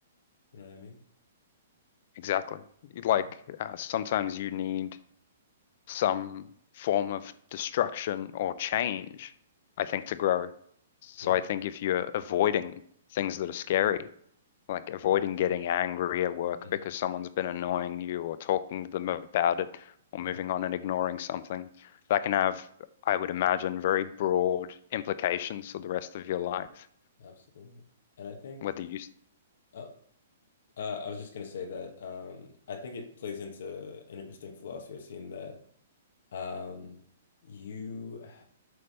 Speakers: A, on the left; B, on the left.
A: You know what I mean?
B: Exactly. Like
A: Yeah.
B: uh, sometimes you need some form of destruction or change, I think, to grow. So
A: Yeah.
B: I think if you're avoiding things that are scary, like avoiding getting angry at work
A: Mhm.
B: because someone's been annoying you or talking to them about it or
A: Yeah.
B: moving on and ignoring something, that can have, I would imagine, very broad implications for the rest of your life.
A: Absolutely. And I think
B: Whether you,
A: uh, uh, I was just going to say that um, I think it plays into an interesting philosophy I've seen that um, you h-